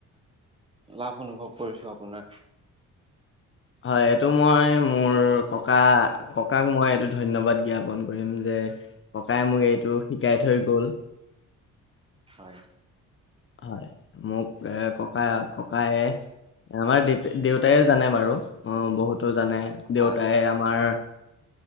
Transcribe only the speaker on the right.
লাভ অনুভৱ কৰিছো আপোনাক।
হয়।
হয়